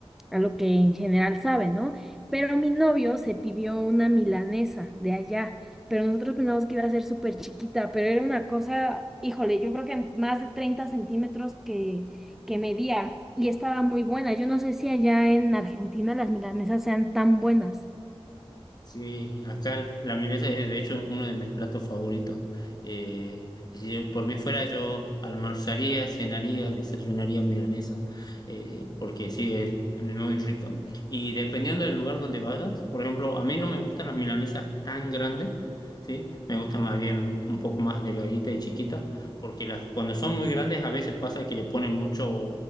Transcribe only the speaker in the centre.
a lo que en general sabe, ¿no? Pero mi novio se pidió una milanesa de allá, pero nosotros pensamos que iba a ser súper chiquita, pero era una cosa, híjole, yo creo que más de 30 centímetros que, que medía y estaba muy buena. Yo no sé si allá en Argentina las milanesas sean tan buenas.